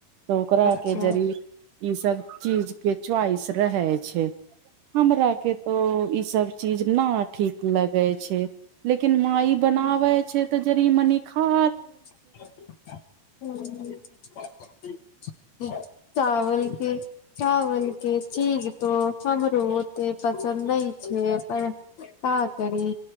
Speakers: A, on the right; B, on the left.
A: तऽ ओकरा
B: अच्छा
A: के जरी ई सब चीज के च्वाइस रहे छै, हमरा के तो ई सब चीज ना ठीक लगै छै। लेकिन माई बनाबै छै तऽ जरी मनी खा
B: हु। <unintelligible> <unintelligible> चावल के चावल के चीज तो हमरो ओते पसन्द नै छेयै पर का करी